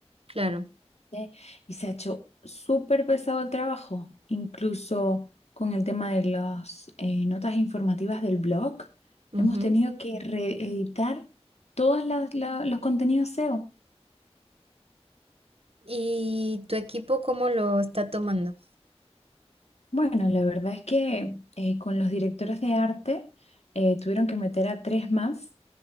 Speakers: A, on the right; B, on the left.
A: Claro.
B: ¿ok? Y se ha hecho súper pesado el trabajo, incluso con el tema de las eh, notas informativas del blog.
A: ujú.
B: Hemos tenido que reeditar todos los contenidos SEO.
A: ¿Y tu equipo cómo lo está tomando?
B: Bueno, la verdad es que eh, con los directores de arte eh, tuvieron que meter a tres más